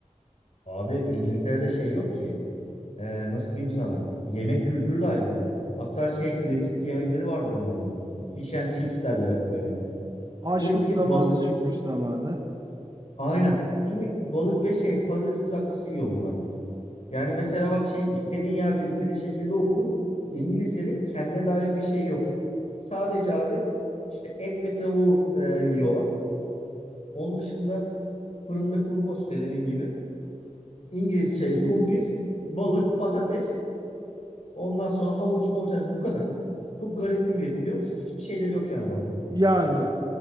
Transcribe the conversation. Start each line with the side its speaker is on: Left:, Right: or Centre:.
Left: Abi İngiltere'de şey yok ki. e, nasıl diyeyim sana yemek kültürü dahi yok. Hatta şey klasik yemekleri vardır onların. Fish and chips derler hep böyle.
Right: <laughs>
Left: Sürekli
Right: Açlık zamanı
Left: balık
Right: çıkmış zamanı.
Left: aynen sürekli balık ve şey patates kızartması yiyor bunlar. Yani mesela bak şey istediğin yerde istediğin şekilde oku. İngilizlerin kendine dair bir şey yok. Sadece abi işte et ve tavuğu e, yiyorlar. Onun dışında fırında kuru fasulye dediğin gibi. İngiliz çayı, kumpir, balık, patates. Ondan sonra havuç mavuç yani bu kadar. Çok garip bir millet biliyor musun? Hiçbir şeyleri yok yani adamların.
Right: Yani